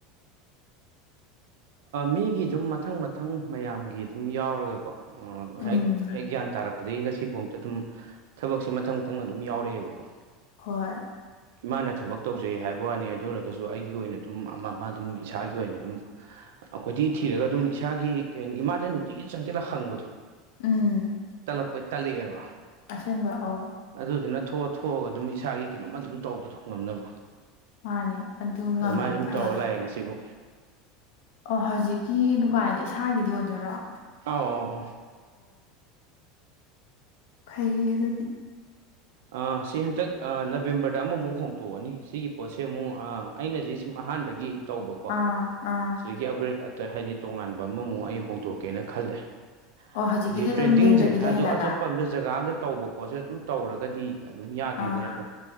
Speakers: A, on the right; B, on the left.
A: ꯃꯤꯒꯤ ꯑꯗꯨꯝ ꯃꯊꯪ ꯃꯊꯪ ꯃꯌꯥꯝꯒꯤ ꯑꯗꯨꯝ ꯌꯥꯎꯔꯒꯀꯣ
B: ꯎꯝ
A: ꯍꯦꯛ ꯍ ꯒ꯭ꯌꯥꯟ ꯇꯥꯔꯛꯄꯗꯒꯤ ꯉꯁꯤꯐꯥꯎ ꯑꯝꯇ ꯑꯗꯨꯝ ꯊꯕꯛꯁꯦ ꯃꯊꯪ ꯃꯊꯪ ꯑꯗꯨꯝ ꯌꯥꯎꯔꯛꯑꯦꯕꯀꯣ
B: ꯍꯣꯏ
A: ꯏꯃꯥꯅ ꯊꯕꯛ ꯇꯧꯖꯩ ꯍꯥꯏꯕ ꯋꯥꯅꯤ ꯑꯗꯨ ꯑꯣꯏꯔꯒꯁꯨ ꯑꯩꯒꯤ ꯑꯣꯏꯅ ꯑꯗꯨꯝ ꯑꯗꯨꯝ ꯏꯁꯥꯒꯤ ꯒꯤ ꯑꯣꯏꯅ ꯑꯗꯨꯝ ꯑꯩꯈꯣꯏꯊꯤ ꯊꯤꯔꯒ ꯑꯗꯨꯝ ꯏꯁꯥꯒꯤ ꯀꯩꯣ ꯏꯃꯥꯗ ꯅꯨꯡꯇꯤꯒꯤ ꯆꯪꯁꯤꯜꯂꯒ ꯍꯪꯕꯗꯣ
B: ꯎꯝ
A: ꯇꯜꯂꯛꯄꯩ ꯇꯠꯂꯛꯑꯦꯕ
B: ꯑꯁꯦꯡꯕ ꯑꯧ
A: ꯑꯗꯨꯗꯨꯅ ꯊꯣꯛꯑ ꯊꯣꯛꯑꯒ ꯑꯗꯨꯝ ꯏꯁꯥꯒꯤ ꯀꯩꯅꯣꯝꯃ ꯑꯗꯨꯝ ꯇꯧꯕꯗꯣ ꯉꯝꯅꯕ
B: ꯃꯥꯅꯦ ꯑꯗꯨ ꯉꯝꯃꯤꯗꯣ
A: ꯑꯗꯨꯃꯥꯏ ꯑꯗꯨꯝ
B: ꯐꯩꯌꯦ
A: ꯇꯧꯔ ꯂꯥꯛꯑꯦ ꯉꯁꯤꯕꯨ
B: ꯑꯣ ꯍꯧꯖꯤꯛꯀꯤ ꯗꯨꯀꯥꯟꯗ ꯏꯁꯥꯒꯤꯗꯤ ꯑꯣꯏꯗꯣꯏꯔꯣ ꯑꯣ
A: ꯑꯧ ꯑꯧ
B: ꯐꯩꯌꯦ ꯑꯗꯨꯗꯤ
A: ꯑꯣ ꯁꯤ ꯍꯟꯇꯛ ꯅꯕꯦꯝꯕꯔꯗ ꯑ ꯑ ꯁꯤ ꯆꯟꯗꯛ ꯑ ꯅꯕꯦꯝꯕꯔꯗ ꯑꯃꯃꯨꯛ ꯍꯣꯡꯇꯣꯛꯑꯅꯤ ꯁꯤꯒꯤ ꯄꯣꯠꯁꯦ ꯑꯃꯨꯛ ꯑ ꯑꯩꯅꯗꯤ ꯁꯨꯝ ꯑꯍꯥꯟꯕꯒꯤ ꯇꯧꯕꯀꯣ
B: ꯑꯥ ꯑꯥ
A: ꯁꯤꯗꯒꯤ ꯑꯞꯒ꯭ꯔꯦꯗ ꯑꯇꯩ ꯍꯥꯏꯗꯤ ꯇꯣꯉꯥꯟꯕ ꯑꯃꯃꯨꯛ ꯑꯩ ꯍꯣꯡꯗꯣꯛꯦ ꯀꯦꯅ ꯈꯜꯂꯦ
B: ꯑꯣ ꯍꯧꯖꯤꯛꯀꯤꯗꯤ
A: ꯍꯥꯏꯗꯤ
B: ꯑꯗꯨꯝ
A: ꯇ꯭ꯔꯦꯟꯗꯤꯡꯁꯦ
B: ꯂꯦꯡꯗꯕꯤ ꯂꯩꯍꯜꯂꯒ
A: ꯑꯗꯨ ꯑꯇꯣꯞꯄ ꯑꯝꯗ ꯖꯒꯥ ꯑꯝꯗ ꯇꯧꯕ ꯄꯣꯠꯁꯨ ꯑꯗꯨꯝ ꯇꯧꯔꯒꯗꯤ ꯑꯗꯨꯝ ꯌꯥꯗꯦꯗꯅꯀꯣ
B: ꯑꯥ